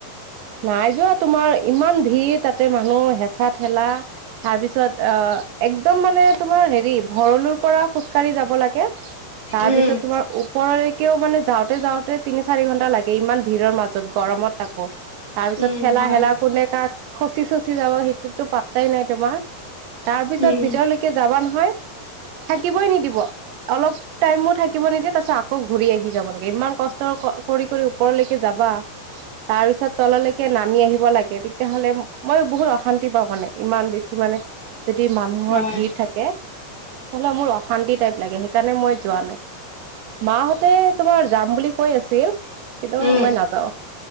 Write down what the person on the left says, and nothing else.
উম,
উম,
হয়,
উম,
হয়,
উম,